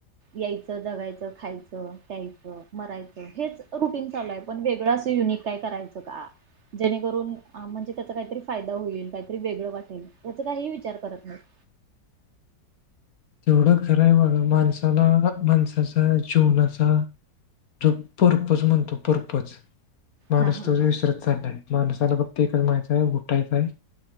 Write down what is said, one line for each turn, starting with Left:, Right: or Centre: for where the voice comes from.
Right: यायचं जगायचं खायचं प्यायचं मरायचं, हेच रुटीन चालू आहे पण वेगळं असं युनिक काय करायचं का.? जेणेकरून म्हणजे त्याचा काहीतरी फायदा होईल, काहीतरी वेगळं वाटेल, याचा काही विचार करत नाहीत.
Left: तेवढं खरं आहे बघा, माणसाला माणसाचा जीवनाचा जो पर्पज म्हणतो पर्पज, माणुस
Right: हा हा
Left: तोच विसरत
Right: हा
Left: चाललाय, माणसाला फक्त एकच माहिताय, उठायचय